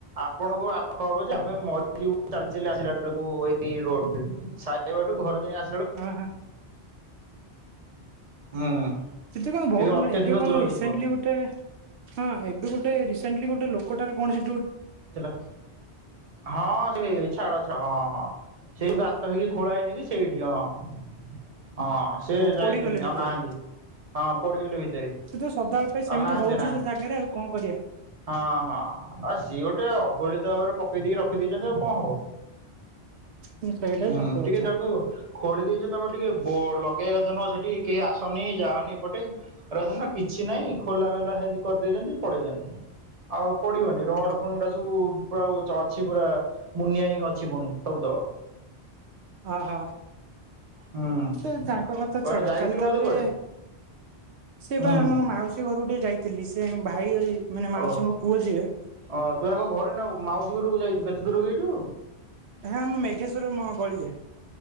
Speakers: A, on the right (about 35°); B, on the right (about 80°).
A: ଆପଣଙ୍କୁ ପାଖ ହବ ଯେ ଆମେ ମ ଯଉ ଚାଲି ଚାଲି ଆସିଲା ବେଳକୁ ଏଇ ରୋଡ ସଇବାଟୁ ଘର ଯାଏ ଆ
B: ହଁ ହଁ
A: ହୁଁ
B: ସେଇ କଁ ବହୁତୁ
A: ଟିକେ ଅତ୍ୟଧିକ
B: ମାନେ ଏବେ କଣ
A: ଦୂର
B: ରିସେଣ୍ଟଲି
A: ହେଇଯିବ
B: ଗୋଟେ ହଁ ଏବେ ଗୋଟେ ରିସେଣ୍ଟଲି ଗୋଟେ ଲୋକଟାରେ କଣ ସେ
A: ଥିଲା ହଁ ସେ ଛାଡ ଛା ହଁ ହଁ। ସେଇ ଗାତ ହେଇକି ଖୋଳା ହେଇନି କିି ସେଇଠି ହଁ। ହଁ ସେ ଯାଇଚନ୍ତି
B: ପଡିଗଲେ ଭିତରେ
A: ଆଉ ନାହାନ୍ତି ହଁ ପଡିଗଲେ ଭି ସେ ଆଉ
B: ତ ସଦାବେଳେ ପାଇଁ ସେମିତି
A: ନାହାନ୍ତି
B: ହଉଛି
A: ନାହାନ୍ତି
B: ସେ ଜାଗାରେ ଆଉ କଣ କରିବା।
A: ହଁ ହଁ ଆ ଗୋଟେ ଅବଳିତ ଭାବରେ ପକେଇ ଦେଇକି ରଖିଦେଇଚନ୍ତି ଆଉ କଁ ହବ।
B: ହୁଁ ସେଇଟା
A: ଉଁ
B: ବି ସତ
A: ‌ଟିକେ
B: କଥା
A: ତାକୁ ଖୋଳି ଦେଇଚ ତମ ଟିକେ ବୋ ଲଗେଇବା ଥା ନୁହେଁ କଥା ସେଠି କେହି ଆସନି ଯାଅନି ଏପଟେ ଏରା ସିନା କିଛି ନାଇଁ ଏପଟେ। ଖୋଲା ମେଲା ହେନ୍ତି କରି ଦେଇଚନ୍ତି ପଲେଇଚନ୍ତି ଆଉ ପଡ଼ିବନି
B: ଓହୋ
A: ରଡ଼୍ ସବୁ ପୁରା ଚ ଅଛି ପୁରା ମୁନିଆ ହେଇକି ଅଛି ପୁଣି ସବୁ ତକ।
B: ଅ ହୋ
A: ହୁଁ
B: ସେ ତାଙ୍କ କଥା
A: କଣ
B: ଛାଡ
A: ଯାଇଥିଲୁ
B: କାଲି ତାପରେ
A: ବୋଧେ କୁଆଡେ
B: ସିଏପା
A: ହୁଁ।
B: ଆମ ମାଉସୀ ଘରକୁ ଟିକେ ଯାଇଥିଲି ସେ ଭାଇ ମାନେ ମାଉସୀଙ୍କ
A: ଓ
B: ପୁଅ ଯିଏ
A: ଓ ତୁ ଏବେ ଘରେ ନାହୁଁ ମାଉସୀ ଘରକୁ ଯାଇଚୁ, କେତେ ଦୂର କି ଏଇଠୁ?
B: ହାଁ ମୁଁ ମେଘେଶ୍ଵର ମୋ ଗଳିରେ।